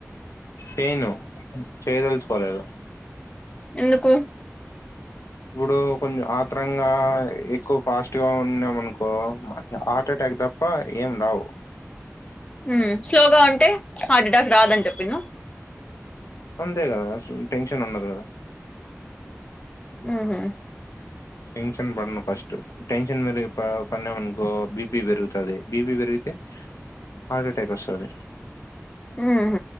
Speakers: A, on the left (about 80°); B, on the left (about 20°).
A: నేను చేయదలుచుకోలేదు
B: ఎందుకు
A: ఇప్పుడు కొంచెం ఆత్రరంగ ఆ ఎక్కువ ఫాస్ట్ గా ఉన్నాం అనుకో హార్ట్ ఎటాక్ తప్ప ఏం రావు
B: ఉం స్లోగా ఉంటే హార్ట్ ఎటాక్ రాదని చెప్పిన
A: అంతే కదా అసలు టెన్షన్ ఉండదు కదా
B: ఉహ
A: టెన్షన్ బడను ఫస్ట టెన్షన్ మీద పన్నామనుకో బిపి పెరుగుతుంది బిపి పెరిగితే హార్ట్ అటాక్ వస్తుంది
B: ఉహ